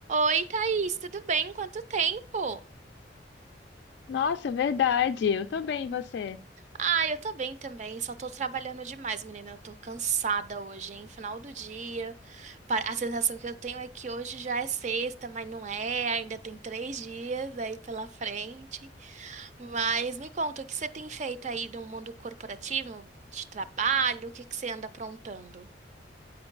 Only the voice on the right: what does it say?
Oi, Thaís, tudo bem? Quanto tempo?
Ah, eu tô bem também, só tô trabalhando demais, menina. Eu tô cansada hoje, hein? Final do dia. Pa- A sensação que eu tenho é que hoje já é sexta, mas não é, ainda tem três dias aí pela frente. Mas me conta, o que você tem feito aí no mundo corporativo, de trabalho? O que que você anda aprontando?